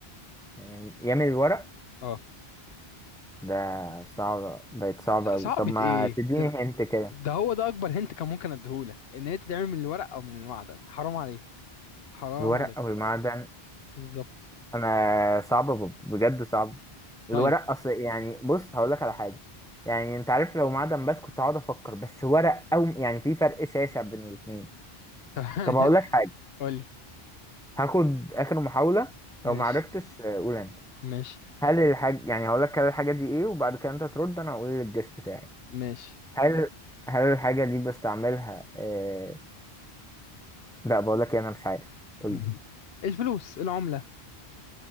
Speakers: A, in the centre; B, on the left.
A: يعني يعمل الورق
B: اه
A: ده صعب بقت صعبة
B: لا
A: أوي
B: صعبة
A: طب ما
B: ايه
A: تديني
B: ده أنا-
A: هنت كده
B: ده هو ده اكبر هنت كان ممكن اديهولك ان هي تتعمل من الورق او من المعدن حرام عليه حرام
A: الورق
B: عليه
A: أو المعدن
B: بالظبط
A: انا صعبه ب- بجد صعب
B: طيب
A: الورق اصل يعني بص هقول لك على حاجه يعني انت عارف لو معدن بس كنت هقعد افكر بس ورق او يعني في فرق شاسع بين الاثنين
B: <laughs>
A: طب هقول لك حاجه
B: قول لي
A: هاخد اخر محاوله
B: ماشي
A: لو ما عرفتش آه، قول انت
B: ماشي
A: هل الحاجه يعني هقول لك كده الحاجه دي ايه وبعد كده انت ترد انا هقول الجس بتاعي
B: ماشي
A: هل هل الحاجه دي بستعملها آه... لا بقول لك إيه، انا مش عارف قول
B: <laughs>
A: لي.
B: الفلوس العملة